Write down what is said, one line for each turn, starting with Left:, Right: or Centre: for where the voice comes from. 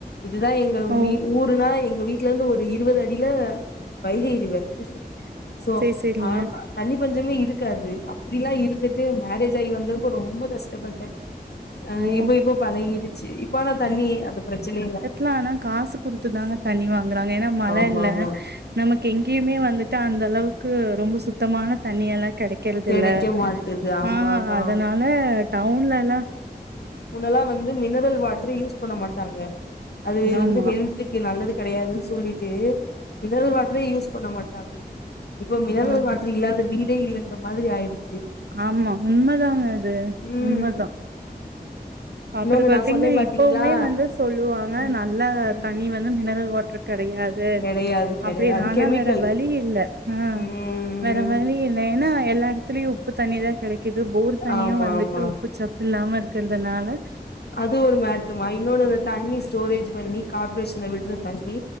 Left: இதுதான் எங்க
Right: ஓ
Left: வீ ஊருனா எ எங்க வீட்ல இருந்து ஒரு இருவது அடில வைகை ரிவர் <unintelligible>
Right: செரி செரிங்க
Left: கொஞ்சமே இருக்காது அப்டிலாம் இருந்துட்டு மேரேஜ் ஆயி வந்தப்ப ரொம்ப கஷ்டப்பட்டேன் அஹ்
Right: ஓ
Left: இப்போ இப்போ பலகிட்டு சீ உப்பானா தண்ணி அந்த பிரச்சன இல்ல
Right: ல ஆனா காசு குடுத்து தாங்க தண்ணி வாங்கறாங்க ஏன்னா மழ
Left: ஆமா
Right: இல்ல
Left: ஆமா
Right: நமக்கு எங்கேயுமே வந்துட்டு அந்த <inaudible> க்கு ரொம்ப சுத்தமான தண்ணி எல்லாம் கிடைக்கறது
Left: கெடைக்க
Right: இல்ல
Left: மாட்டுது ஆமா
Right: ஆஹ
Left: ஆமா
Right: அதனால டவுன்ல எல்லாம்
Left: முன்னெல்லாம் வந்து மினரல் வாட்ரு யூஸ் பண்ண மாட்டாங்க அது
Right: ஆமா
Left: வந்து ஹெல்த்துக்கு நல்லதுக்கு கெடையாதுன்னு சொல்லிட்டு மினரல் வாட்டரே யூஸ் பண்ண மாட்றடாங்க இப்ப மினரல்
Right: ம்
Left: வாட்டர் இல்லாத வீட் இதே இல்ல இன் இந்த மாரி ஆயிருது
Right: ஆமா உண்மதான் அது
Left: ம்
Right: உண்மதான் அப்பறம்
Left: இன்னொன்னு
Right: பாத்தீங்கன்னா
Left: நா சொன்னே பாத்தீங்களா
Right: இப்பவுமே வந்து சொல்லுவாங்க
Left: ம்
Right: நல்லா
Left: ம்
Right: தண்ணி வந்து மினரல் வாட்டர் கெடையாது
Left: கெடையாது கெடையாது
Right: அப்டி நானா
Left: கெமிக்கல்
Right: வேற வழி இல்ல ஆ ஆ
Left: ம்
Right: வோர வழி இல்ன்னா எல்லா இரு ல உப்பு தண்ணி தான் கெடைக்குது போர் தண்ணியும்
Left: ஆமா
Right: வந்துட்டு
Left: ஆமா
Right: உப்பு சப்பு இல்லாம இருக்க அதனால
Left: அது ஒரு மாற்றமா இன்னொரு தண்ணி ஸ்டோரேஜ் பண்ணி கார்ப்பரேஷல விடுறது தண்ணி